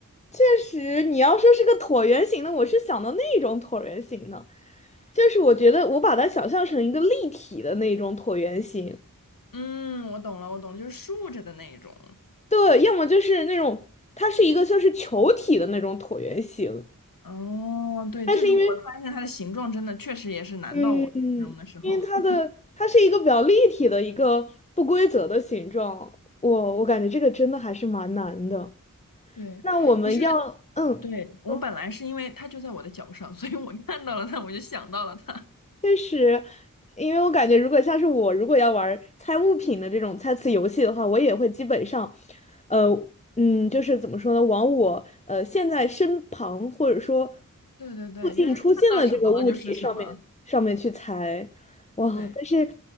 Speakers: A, on the left; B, on the left.
A: 确实，你要说是个椭圆形的，我是想到那种椭圆形的，就是我觉得我把它想象成一个立体的那种椭圆形，
B: <laughs> 嗯，我懂了，我懂了，就是竖着的那一种。
A: 对，要么就是那种它是一个像是球体的那种椭圆形，
B: 哦，对，
A: 但是因为
B: 就是我发现它的形状真的确实也是难到我形容的时候。
A: 嗯嗯，因为它的它是一个比较立体的一个不规则的形状，
B: <laughs>
A: 我我感觉这个真的还是蛮难的。
B: 对，
A: 那我们要嗯。
B: 其实对我本来是因为它就在我的脚上，
A: 说
B: 所以我看到了它，我就想到了它。<laughs>
A: 确实，因为我感觉，如果像是我，如果要玩儿猜物品的这种猜词游戏的话，我也会基本上，呃，嗯，就是怎么说呢，往我呃现在身旁或者说
B: 对对对，
A: 附近出现的这个物体上面上面去猜，
B: 就是看到什么了就是什么。
A: 哇！
B: 对，
A: 但是